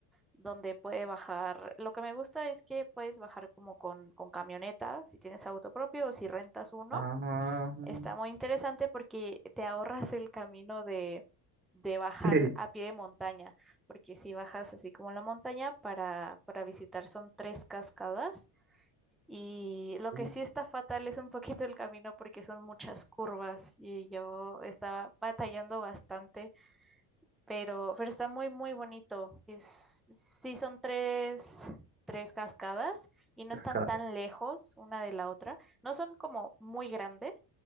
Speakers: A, in the centre; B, on the right.
A: donde puede bajar, lo que me gusta es que puedes bajar como con, con camioneta, si tienes auto propio o si rentas uno
B: <laughs>
A: Está muy
B: Ah,
A: interesante porque te ahorras el camino de, de bajar
B: sí,
A: a pie de montaña, porque si bajas así como la montaña para, para visitar son tres cascadas y lo
B: uf,
A: que sí está fatal es un poquito el camino porque son muchas curvas y yo estaba batallando bastante pero, pero está muy, muy bonito. Es, sí son tres, tres cascadas y no
B: las
A: están
B: caras.
A: tan lejos una de la otra. No son como muy grandes,